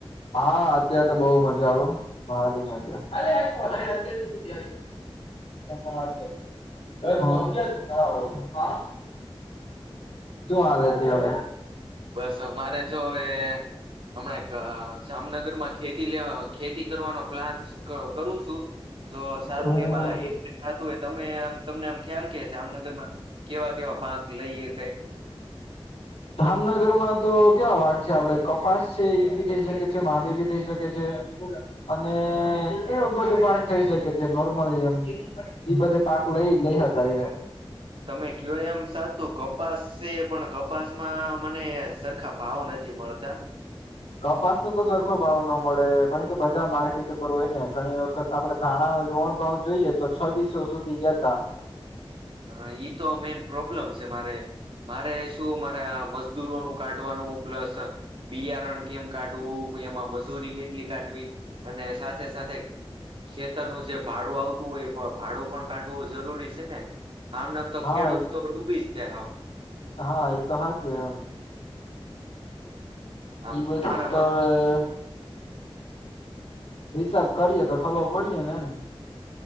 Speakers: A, on the left; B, on the right.
A: હા અત્યારે તો બઉ મજા આવે હો ભારી મજા. ના <unintelligible> શું હલે હતી હવ
B: બસ અમારે જો હવે હમણાં એક જામનગરમાં ખેતી લેવા ખેતી કરવાનો પ્લાન કરું છું. જો સારું
A: હમ
B: એમાં એક થતું હોય તમે આમ તમને આમ ખ્યાલ કે જામનગરમાં કેવા કેવા પાક લઈ શકાય.
A: જામનગર માં તો કેવા પાક છે આપડે કપાસ છે ઈ ભી થઈ શકે છે માંડવી ભી થઈ શકે છે. અને
B: હા
A: એ બધું પાક થઈ શકે છે નોર્મલી એમ એ બધા પાક લઈ શકાય છે.
B: તમે કયો એમ સાચું કપાસ છે પણ કપાસમાં મને સરખા ભાવ નથી મળતા.
A: કપાસ નો તો સરખો ભાવ નો મળે પણ ઈતો બજાર માર્કેટ ઉપર હોય ને ઘણી વખત આપડે ધાણા નો ઓણ ભાવ જોઈએ તો છવીસો સુધી ગયાતા.
B: હા ઈ તો મેઈન પ્રોબ્લેમ છે મારે, મારે શું મારા મ જદૂરોનું કાઢવાનું પ્લસ બિયારણ કેમ કાઢવું પહિ એમાં મજૂરી કેટલી કાઢવી અને સાથે સાથે ખેતરનું જે ભાડું આવતું હોય એ પણ ભાડું પણ કાઢવું જરૂરી છે ને. આમને આમ તો
A: હા
B: ખેડૂત તો ડૂબી જ જાય સાવ.
A: હા એ તો સાચુ એમ.
B: આમ
A: ઈ બધું
B: તમારા
A: તો
B: મત
A: હવે હિસાબ કરીએ તો ખબર પડીએ ને એમ.